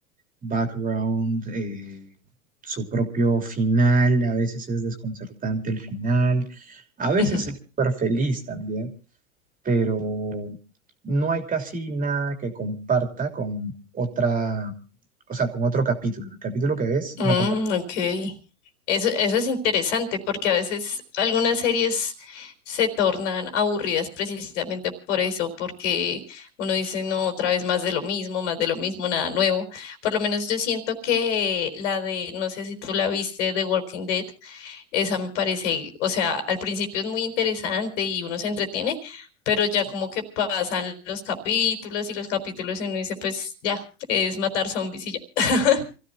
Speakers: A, on the right; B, on the left.
A: background, eh, su propio final, a veces es desconcertante el final, a
B: <laughs>
A: veces es súper feliz también. pero no hay casi nada que comparta con otra, o sea, con otro capítulo. El capítulo que ves
B: Mm,
A: no comparte.
B: ok. Eso, eso es interesante porque a veces algunas series se tornan aburridas precisamente por eso, porque uno dice, no, otra vez más de lo mismo, más de lo mismo, nada nuevo. Por lo menos yo siento que la de, no sé si tú la viste, The Walking Dead. Esa me parece, o sea, al principio es muy interesante y uno se entretiene, pero ya como que pasan los capítulos y los capítulos y uno dice, pues ya, es matar zombies y ya. <laughs>